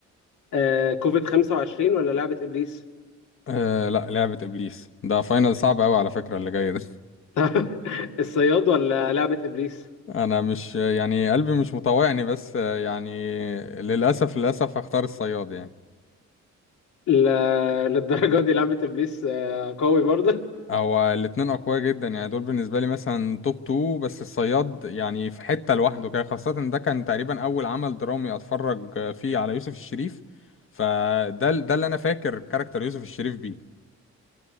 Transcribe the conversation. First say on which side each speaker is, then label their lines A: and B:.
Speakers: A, on the left; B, on the left.
A: آه كوفيد 25 ولا لعبة إبليس
B: آه لا لعبة ابليس ده فاينل صعب قوي على فكرة اللي جاي ده
A: <laughs> الصياد ولا لعبة إبليس
B: <laughs> انا مش يعني قلبي مش مطوعني بس آه، يعني للاسف للاسف هختار الصياد يعني
A: لا للدرجة دي لعبة إبليس آه قوي برضه
B: هو الاتنين اقوياء جدا يعني دول بالنسبه لي مثلا توب 2 بس الصياد يعني في حته لوحده كده خاصه إن ده كان تقريبا اول عمل درامي اتفرج فيه على يوسف الشريف فده ال- ده اللي انا فاكر كاركتر يوسف الشريف بيه